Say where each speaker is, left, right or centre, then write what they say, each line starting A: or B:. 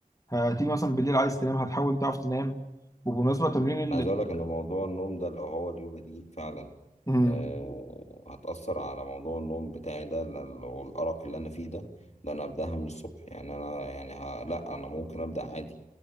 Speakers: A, on the left; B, on the left.
A: هتيجي مثلا بالليل عايز تنام هتحاول تعرف تنام وبمناسبه تمرين
B: انا عايز
A: ال
B: اقول لك ان موضوع النوم ده لو هو اليوجا دي فعلا
A: مم.
B: آه، هتأثر على موضوع النوم بتاعي ده لل- والأرق اللي أنا فيه ده ده أنا أبدأها من الصبح يعني أنا يعني ه... لأ أنا ممكن أبدأ عادي